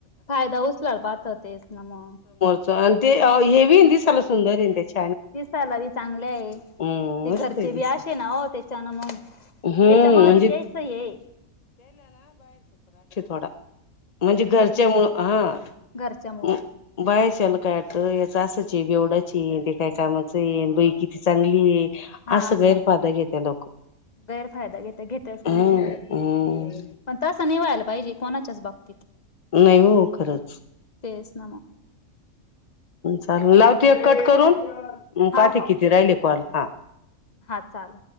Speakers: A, on the left; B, on the left.
A: फायदा उचलायला पाहाता ते तेच ना मग.
B: आन ते हेबी दिसायलाते सुंदरये ना त्याची.
A: दिसायला बी चांगले आहे,
B: हम्म
A: ते घरचे
B: मस्त आहे दिस
A: बी असे आहे ना हो त्याच्यान मग-
B: हम्म
A: त्याच्यामुळे
B: म्हणजे
A: बी तेच ये हे.
B: बघा म्हणजे घरच्यामुळं हा-
A: घरच्यामुळं
B: <unintelligible> कायशल काय? याचं असंच ए बेवडाच आहे, ते काय कामाचंये? न बाई किती चांगली आहे.
A: हा
B: असं
A: असा
B: गैरफायदा घेत्या लोक
A: -गैरफायदा घेता घेत्याच ना
B: हम्म
A: मंग,
B: हम्म
A: पण तस नाई व्हायला पाहिजे. बाहिजे कोणाचाच बाप-
B: नाही हो खरच.
A: तेच ना मग
B: चाल लावतेये कट करून?
A: हा
B: पाहाते
A: हा
B: किती राहिले कॉल? हा
A: हा चाल.